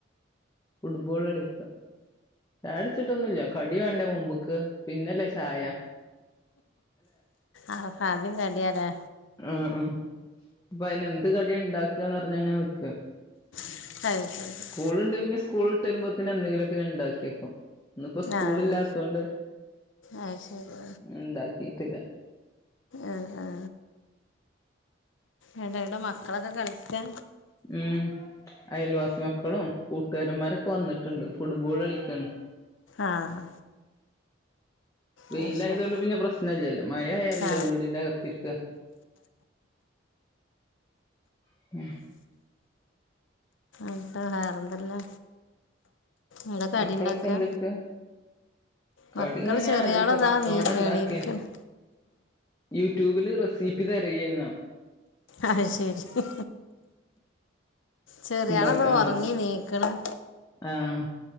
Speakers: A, on the left; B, on the left.
A: ഫുട്ബോള് കളിക്കാ ചായടിച്ചിട്ടൊന്നൂല്ല കടി വേണ്ടേ മുമ്പുക്ക് പിന്നല്ലേചായ
B: ആഹ് ആദ്യം കടിയാലെ
A: ആ ഉം അപ്പൊ അയിനെന്ത് കടിയായിണ്ടാക്കാന്നറിഞ്ഞാങ്ങനെ വെക്കാ
B: <unintelligible>
A: കൂളുണ്ട് പിന്നെ സ്കൂൾ വിട്ടുവെരുമ്പോത്തെന് എന്തെങ്കിലൊക്കെ ഞാനിണ്ടാക്കി വെക്കും ഇന്നിപ്പോ സ്കൂളില്ലാതൊണ്ട്
B: ആഹ് അത് ശരി
A: ഇണ്ടാക്കിട്ടില്ല
B: ആഹ് ആഹ് വേണ്ടടോ മക്കളൊക്കെ കളിക്കാ
A: ഉം അയൽവാസി മക്കളും കൂട്ടുകാരന്മാരൊക്കെ വന്നിട്ടൊണ്ട് ഫുട്ബോൾ കളിക്കാണ്
B: ആഹ്
A: വെയിലാതയതൊണ്ട്
B: അത് ശരി
A: പിന്നെ പ്രശ്നവില്ല്യല്ലോ മഴ ആയാലല്ലേ
B: ആ
A: വീടിന്റകത്തിരിക്കാ- <unintelligible>
B: എന്താ വേറെന്തല്ലാ ഇന്താ കടി
A: മക്കളൊക്കെ
B: ഇണ്ടാക്കാ
A: എന്തെടുക്ക കടി
B: മക്കള്
A: ഇങ്ങനെ ഞാൻ
B: ചെറിയാളതാ
A: ആലോചിക്ക പക്കവട
B: നീ
A: ഉണ്ടാക്കേ
B: എണീക്കണ്
A: യൂട്യൂബില് റെസീപ്പി തെരയാരുന്നോ
B: ആഹ് ശെരി ശെരി ചെറിയാളിതാ
A: ഉണ്ടാക്കാൻ
B: ഒറങ്ങി
A: വേണ്ടി
B: എണീക്കണം
A: ആഹ്